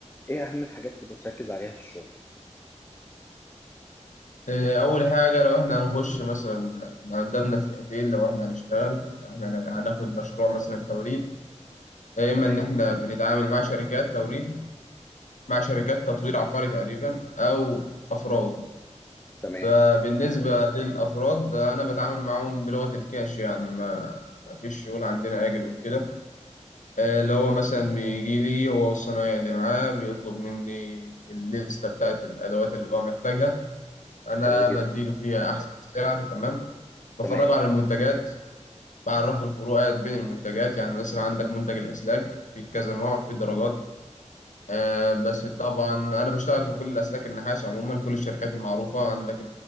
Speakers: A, on the left; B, on the left.
A: إيه أهم الحاجات اللي بتركز عليها في الشغل
B: إيه، أول حاجة لو إحنا هنخش مثلا إحنا قدامنا فئتين لو إحنا هنشتغل لو إحنا هن- هناخد مشروع مثلا توريد يا إما
A: تمام
B: إن إحنا بنتعامل مع شركات توريد مع شركات تطوير عقاري تقريبا أو أفراد
A: تمام
B: فبالنسبة للأفراد أنا بتعامل معاهم بلغة الكاش يعني ما ما فيش شغل عندنا آجل وكده آه، اللي هو مثلا بيجي لي هو والصنايعي اللي معاه بيطلب مني الليستة بتاعت الأدوات اللي هو محتاجها انا
A: حلو جدا
B: بديله فيها احسن سعر تمام بفرجه
A: تمام
B: على المنتجات بعرفه الفروقات بين المنتجات يعني مثلا عندك منتج الاسلاك في كذا نوع في درجات آه بس طبعا انا بشتغل في كل الاسلاك النحاس عموما كل الشركات المعروفه عندك